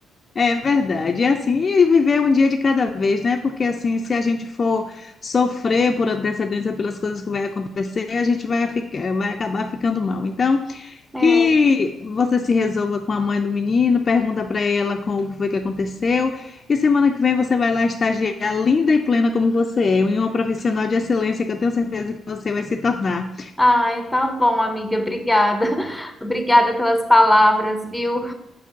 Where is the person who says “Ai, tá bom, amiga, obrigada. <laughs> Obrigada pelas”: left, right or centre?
Centre